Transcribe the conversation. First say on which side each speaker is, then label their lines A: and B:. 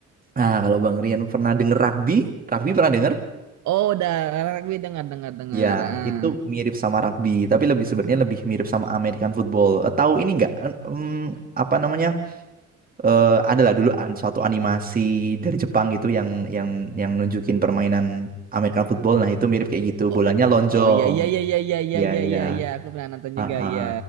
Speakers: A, on the right (about 30°); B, on the right (about 70°).
A: nah kalau Bang Rian pernah denger rugby, rugby pernah denger?
B: Oh, udah rugby dengar dengar dengar.
A: Ya,
B: Ah.
A: itu mirip sama rugby, tapi lebih sebenarnya lebih mirip sama American football. Eh, Tahu ini nggak? Eh, em, apa namanya? Eh, adalah dulu an- suatu animasi dari Jepang gitu yang yang yang nunjukin permainan American football. Nah, itu mirip kayak gitu.
B: Oh,
A: Bolanya lonjong.
B: oh iya iya iya iya iya iya
A: Ya,
B: iya
A: ya.
B: iya. iya. Aku pernah nonton
A: Ah,
B: juga
A: ah.
B: ya.